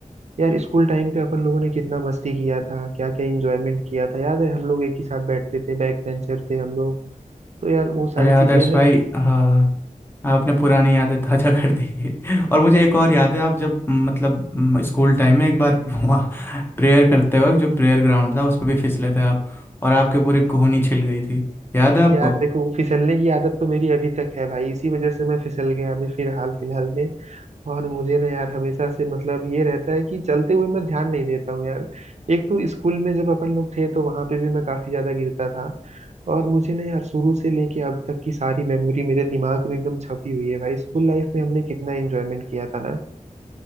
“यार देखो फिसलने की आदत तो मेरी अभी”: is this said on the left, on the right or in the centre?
Right